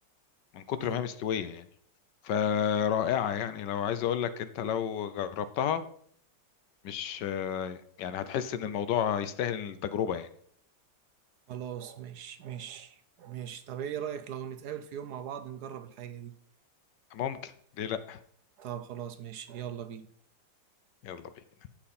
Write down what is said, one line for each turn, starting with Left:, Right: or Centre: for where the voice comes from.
Left: من كتر
Right: هاي
Left: ما هي مستويه يعني فرائعه يعني لو عايز اقول لك انت لو جربتها مش يعني هتحس ان الموضوع يستاهل التجربه يعني
Right: خلاص ماشي ماشي ماشي طب ايه رأيك لو نتقابل في يوم مع بعض نجرب الحاجة دي
Left: ممكن ليه لا
Right: طب خلاص ماشي يلا بينا
Left: يلا بينا